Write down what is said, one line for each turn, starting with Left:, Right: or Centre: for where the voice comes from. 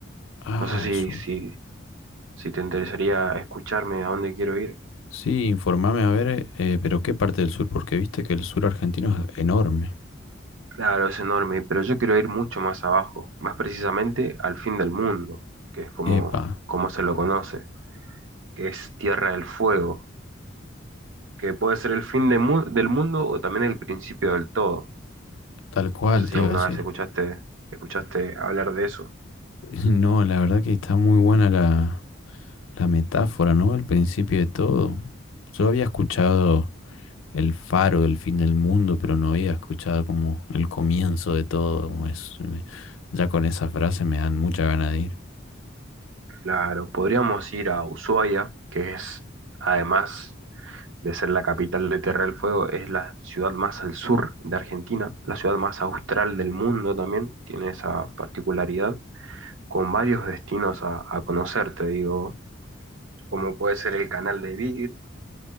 Left: Ah,
Right: No sé si,
Left: el sur.
Right: si, si te interesaría escucharme a dónde quiero ir.
Left: Sí, informame a ver, eh, pero ¿qué parte del sur? Porque viste que el sur argentino es enorme.
Right: Claro, es enorme, pero yo quiero ir mucho más abajo, más precisamente al fin del mundo, que es como,
Left: Epa,
Right: como se lo conoce, que es Tierra del Fuego, que puede ser el fin de mu- del mundo o también el principio del todo.
Left: tal cual
Right: No sé si
Left: te
Right: alguna
Left: iba a decir.
Right: vez escuchaste, escuchaste hablar de eso.
Left: No, la verdad que está muy buena la, la metáfora, ¿no? Al principio de todo. Yo había escuchado el faro del fin del mundo, pero no había escuchado como el comienzo de todo. como es- me- ya con esa frase me dan mucha gana de ir.
Right: Claro, podríamos ir a Ushuaia, que es además de ser la capital de Tierra del Fuego, es la ciudad más al sur de Argentina, la ciudad más austral del mundo también, tiene esa particularidad, con varios destinos a, a conocer, te digo, como puede ser el canal de Beagle,